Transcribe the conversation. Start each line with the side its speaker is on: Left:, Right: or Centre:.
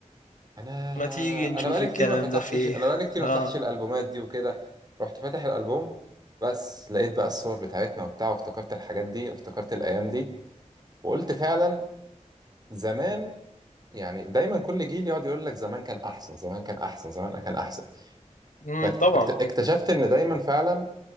Right: انا
Left: ما تيجي نشوف
Right: انا بقالي
Left: الكلام
Right: كتير ما فتحتش
Left: ده في ايه
Right: انا بقالي
Left: <laughs>
Right: كتير
Left: اه
Right: ما فتحتش الالبومات دي وكده رحت فاتح الالبوم بس لقيت بقى الصور بتاعتنا وبتاع وافتكرت الحاجات دي افتكرت الايام دي وقلت فعلا زمان يعني دايما كل جيل يقعد يقول لك زمان كان احسن زمان كان احسن زمان كان احسن
Left: امم
Right: فاكت-
Left: طبعا
Right: اكت- اكتشفت ان دايما فعلا